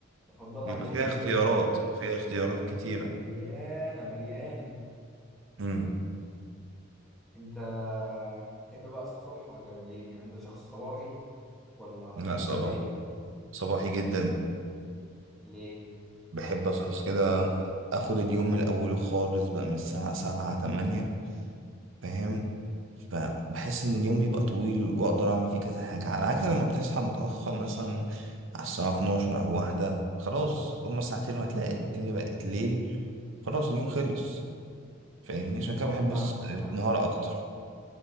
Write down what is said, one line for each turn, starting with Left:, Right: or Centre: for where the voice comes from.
Centre: بفضلها
Right: بيبقى
Centre: جدا
Right: فيها اختيارات
Centre: جدا يعني
Right: فيها اختيارات كتيرة
Centre: مليانة مليانة
Right: امم
Centre: انت تحب بقى الصبح ولا بالليل يعني انت شخص صباحي ولا
Right: لا
Centre: شخص
Right: صباح
Centre: ليلي
Right: صباحي جدا
Centre: ليه
Right: بحب اصحى كده اخد اليوم من اوله خالص بقى من الساعة سبعة تمانية فاهم فبحس ان اليوم بيبقى طويل واقدر اعمل فيه كذا حاجة على عكس لما بتصحى متأخر مثلا على الساعة 12 او واحدة خلاص هما ساعتين وهتلاقي الدنيا بقت ليل خلاص اليوم خلص فاهمني عشان كده
Centre: اه
Right: بحب
Centre: فاهمك
Right: الس-
Centre: فاهم
Right: النهار اكتر